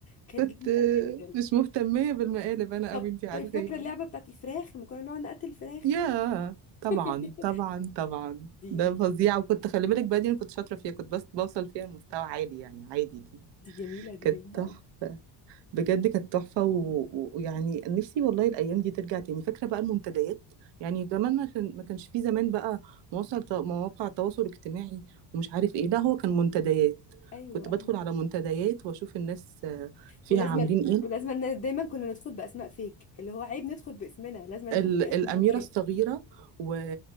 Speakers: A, on the left (about 30°); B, on the right (about 70°).
A: كانت
B: كنت
A: جميله
B: آه،
A: جدا
B: مش مهتميه بالمقالب انا
A: طب
B: قوي انت عارفاني
A: طيب فاكره اللعبه بتاعت الفراخ لما كنا نقعد نقتل الفراخ
B: يا طبعا
A: <laughs>
B: طبعا طبعا
A: دي
B: ده
A: دي
B: فظيع
A: جميلة.
B: وكنت خلي بالك بقى دي انا كنت شاطره فيها كنت بس بوصل فيها لمستوى عالي يعني عادي دي
A: دي جميله دي
B: كانت
A: جميله
B: تحفه
A: قوي
B: بجد كانت تحفة و- و- ويعني نفسي والله الأيام دي ترجع تاني فاكرة بقى المنتديات يعني كمان ما كان ما كانش في زمان بقى مواقع مواقع تواصل اجتماعي ومش عارف ايه لا هو كان منتديات
A: ايوه
B: كنت بدخل
A: ايوه
B: على منتديات واشوف الناس آه، فيها
A: ولازم
B: عاملين ايه
A: ولازم إن دايما كنا ندخل باسماء فيك اللي هو عيب ندخل باسمنا لازم نحط
B: ال-
A: <laughs> اسمنا
B: الأميرة
A: دايما
B: الصغيرة و...